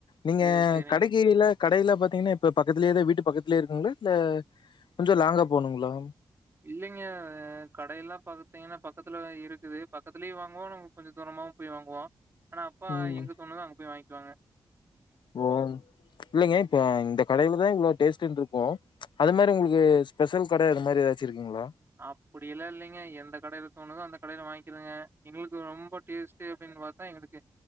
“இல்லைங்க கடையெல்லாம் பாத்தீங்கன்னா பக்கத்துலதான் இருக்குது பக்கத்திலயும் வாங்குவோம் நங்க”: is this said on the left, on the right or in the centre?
Right